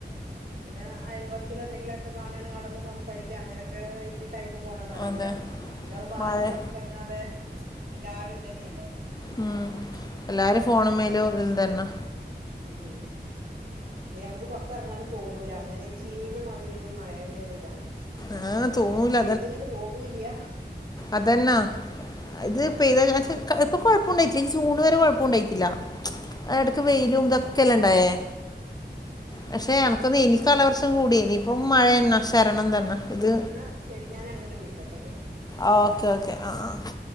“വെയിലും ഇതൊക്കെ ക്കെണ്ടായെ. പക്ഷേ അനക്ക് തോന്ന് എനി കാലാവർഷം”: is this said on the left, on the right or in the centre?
Left